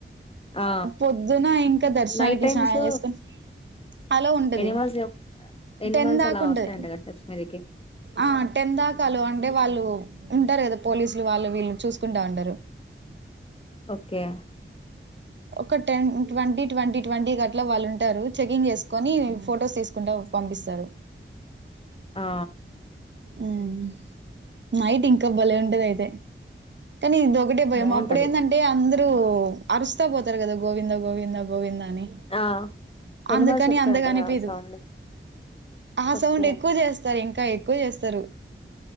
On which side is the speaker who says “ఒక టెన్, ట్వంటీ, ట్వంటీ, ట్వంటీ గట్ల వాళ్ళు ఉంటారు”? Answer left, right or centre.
Right